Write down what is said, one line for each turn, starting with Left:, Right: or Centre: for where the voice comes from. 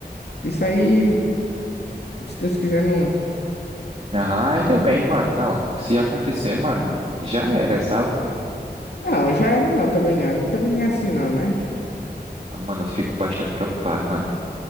Left: Isso aí, se Deus quiser, não.
Right: Aham, ainda bem, mano. Não. Se acontecer, mano, já era, sabe?
Left: Não, já era não, também não, também não é assim não, né?
Right: Ah, mano, eu fico bastante preocupado, mano.